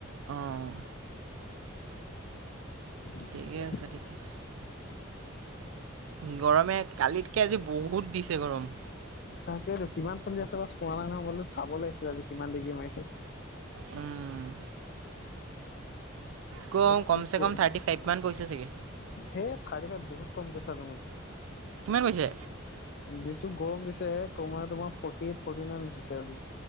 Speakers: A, on the right (about 90°); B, on the left (about 50°).
A: অ',
B: তেনেকে
A: ঠিকেই আছে ঠিকিছ। গৰমে কালিতকে আজি বহুত দিছে গৰম।
B: তাকেইতো কিমান চলি আছে বা চোৱা নাই নহয় মই বোলো চাব লাগিছিলে আজি কিমান ডিগ্ৰী মাৰিছে।
A: উম, কম
B: এ
A: কমচে
B: কি কৰো
A: কম থাৰ্টি
B: সে
A: ফাইভ মান পৰিছে চাগে
B: থাৰ্টি ফাইভ বহুত। কম কৈছা তুমি
A: কিমান কৈছে?
B: যিটো গৰম দিছে কমুৱা তোমাৰ ফৰ্টি এইট ফৰ্টি নাইন উঠিছে আজি।